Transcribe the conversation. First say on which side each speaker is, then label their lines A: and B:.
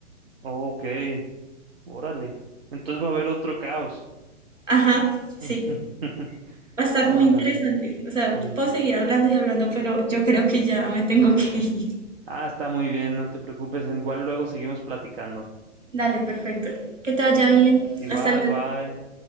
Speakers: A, on the right; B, on the right.
A: Oh, Ok, órale. Entonces va a haber otro caos.
B: Ajá, sí.
A: <laughs>
B: Va a estar
A: Órale,
B: muy interesante. O sea,
A: sí.
B: puedo seguir hablando y hablando, pero yo creo que ya me tengo que ir.
A: Ah, está muy bien, no te preocupes. Igual luego seguimos platicando.
B: Dale, perfecto. Que te vaya bien.
A: Igual,
B: Hasta luego.
A: bye.